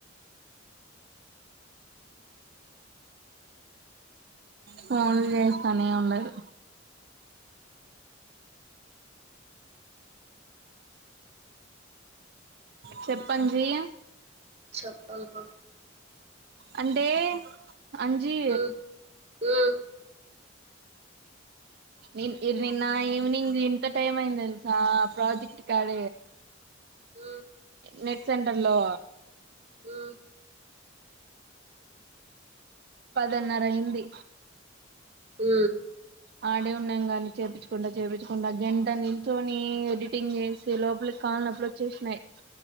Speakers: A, on the right; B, on the right.
A: ఫోన్ చేస్తానే ఉనారు చెప్పంజీ
B: చెప్పాల క
A: అంటే అంజీ
B: మ్మ్ మ్మ్
A: నిన్ ఇ నిన్న ఈవనింగ్ ఇంత టైమ్ అయింది తెల్సా ప్రాజెక్ట్ కడ
B: హ
A: నెట్ సెంటర్ లో
B: హ
A: పదన్నర అయింది
B: హ
A: ఆడే ఉన్నాం గాని చేపించుకుండా చేపించకుంట గంట నిల్చొని ఎడిటింగ్ చేసి లోపలికి కాళ్ళనొప్పులు వచ్చేసినాయి